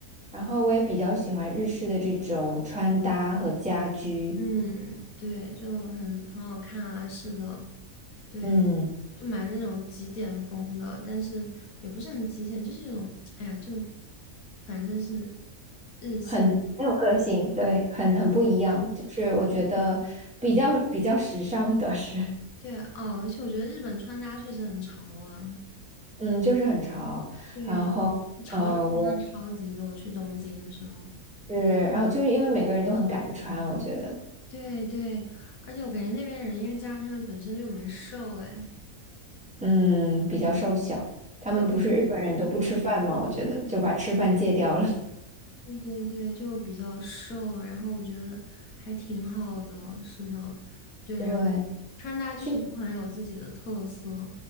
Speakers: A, in the centre; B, on the left.
A: 然后我也比较喜欢日式的这种穿搭和家居，
B: 嗯，对，就很很好看啊，是的，对，
A: 嗯，
B: 就蛮那种极简风的，但是也不是很极简，就是那种，哎呀，就反正是日系，
A: 很很有个性，对，很很不一样。就是我觉得比较比较时尚的是，
B: 对，哦，而且我觉得日本穿搭确实很潮啊，
A: 嗯，就是很潮。
B: 对，
A: 然后，
B: 潮人真的超级多，
A: 呃，我
B: 去东京的时候，
A: 是，然后就是因为每个人都很敢穿，我觉得，
B: 对对，而且我感觉那边人，因为加上他们本身就蛮瘦，哎，
A: 嗯，比较瘦小。他们不是日本人都不吃饭吗？
B: 对。
A: 我觉得就把吃饭戒掉了。
B: 对对对，就比较瘦，然后我觉得还挺好的，是的，对，
A: <laughs> 对，
B: 然后穿搭就是都很有自己的特色，
A: 去，